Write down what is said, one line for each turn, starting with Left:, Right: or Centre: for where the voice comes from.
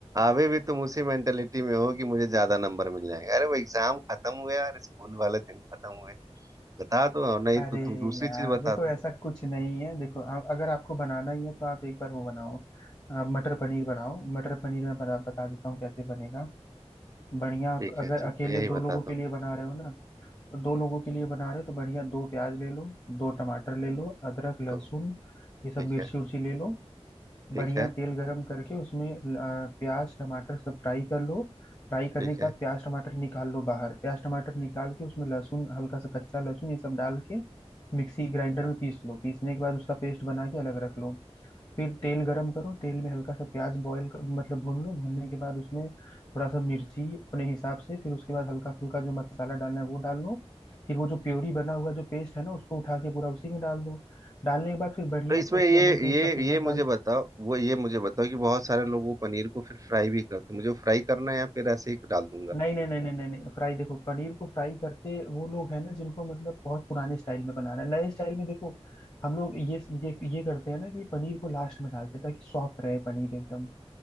Right: अभी भी तुम उसी मेंटेलिटी में हो कि मुझे ज्यादा नंबर मिल जाएंगे अरे वो एग्जाम खत्म हुए और स्कूल वाले दिन खत्म हुए बता दो और नहीं
Left: अरे
Right: तो तुम दूसरी
Left: यार
Right: चीज बता
Left: देखो
Right: दो
Left: ऐसा कुछ नहीं है देखो आप अगर आपको बनाना ही है तो आप एक बार वो बनाओ आप मटर पनीर बनाओ मटर पनीर मैं बता, बता देता हूँ कैसे बनेगा बढ़िया आप
Right: ठीक
Left: अगर
Right: है ठीक
Left: अकेले
Right: है यही
Left: दो
Right: बता
Left: लोगों
Right: दो
Left: के लिए बना रहे हो ना तो दो लोगों के लिए बना रहे हो तो बढ़िया दो प्याज ले लो दो टमाटर ले लो अदरक लहसुन
Right: तो
Left: ये सब
Right: ठीक
Left: मिर्ची
Right: है
Left: उर्ची ले लो
Right: ठीक
Left: बढ़िया
Right: है
Left: तेल गरम करके उसमें आ, प्याज टमाटर सब फ्राई कर लो फ्राई करने
Right: ठीक
Left: के
Right: है
Left: बाद प्याज टमाटर निकाल लो बाहर प्याज टमाटर निकाल के उसमें लहसुन हल्का सा कच्चा लहसुन ये सब डाल के मिक्सी ग्राइंडर
Right: क्या?
Left: में पीस लो पीसने के बाद उसका पेस्ट बना के अलग रख लो फिर तेल गरम करो तेल में हल्का सा प्याज बॉईल कर, मतलब भून लो भूनने के बाद उसमें थोड़ा सा मिर्ची अपने हिसाब से फिर उसके बाद हल्का फुल्का जो मसाला डालना है वो डाल लो फिर वो जो प्योरी बना हुआ जो पेस्ट है ना उसको उठा के पूरा उसी में डाल दो डालने के बाद फिर बढ़िया
Right: तो इसमें
Left: उसमें
Right: ये
Left: अमूल क्रीम
Right: ये
Left: का फ्लेवर
Right: ये मुझे
Left: डाल
Right: बताओ वो ये मुझे बताओ कि बहुत सारे लोग वो पनीर को फिर फ्राई भी करते हैं मुझे वो फ्राई करना है या फिर ऐसे ही डाल दूंगा
Left: नहीं नहीं नहीं नहीं नहीं नहीं फ्राई देखो पनीर को फ्राई करते वो लोग हैं ना जिनको मतलब बहुत पुराने स्टाइल में बनाना है नए स्टाइल में देखो हम लोग ये ये ये करते हैं ना कि पनीर को लास्ट में डालते हैं ताकि सॉफ्ट रहे पनीर एकदम